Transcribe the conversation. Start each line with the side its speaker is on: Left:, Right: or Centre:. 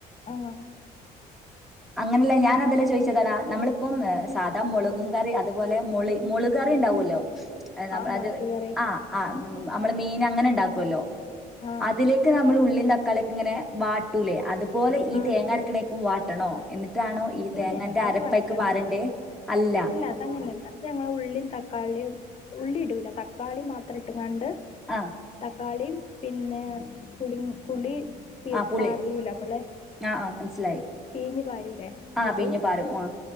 Left: ആഹ
Centre: അങ്ങനെല്ല ഞാനതല്ല ചോയ്ച്ചതടാ നമ്മളിപ്പം
Left: ആഹ്
Centre: സാധാ മുളകും കറി അതുപോലെ മേള് മോള് കറിണ്ടാവോല്ലോ നമ്മളത്
Left: ആ മുളക് കറി
Centre: ആ ആ നമ്മള് മീന് അങ്ങനെ ഇണ്ടാക്കൊല്ലോ?
Left: ആഹ്
Centre: അതിലേക്ക് ന്നമ്മള് ഉള്ളി തക്കാളിയൊക്കെ ഇങ്ങനെ വാട്ടൂലേ അതുപോലെ ഈ
Left: ആഹ്
Centre: തേങ്ങ അരക്കണേക്കും വാട്ടണോ? എന്നിട്ടാണോ ഈ തേങ്ങന്റെ
Left: ഇല്ല അത്
Centre: അരപ്പയ്ക്ക്
Left: വാട്ടണ്ട
Centre: പാരണ്ടേ അല്ല
Left: ഇല്ല അതങ്ങനെലല്ല ഇത് ഞങ്ങളെ ഉള്ളിമ് തക്ക ക്കളീം ഉള്ളി ഇടൂല തക്കാളി മാത്രം ഇട്ടുംങ്ങാണ്ട്
Centre: ആ
Left: തക്കാളീം പിന്നെ പുളിങ്ങ് പുളി പി
Centre: ആഹ് പുളി
Left: പാർലിയൂല ഇബടെ
Centre: ആഹ് ആഹ് മനസ്സിലായി
Left: പീഞ് പാരുലെ
Centre: ആഹ്
Left: അതും
Centre: പിഴിഞ്ഞ് പാരും ആഹ്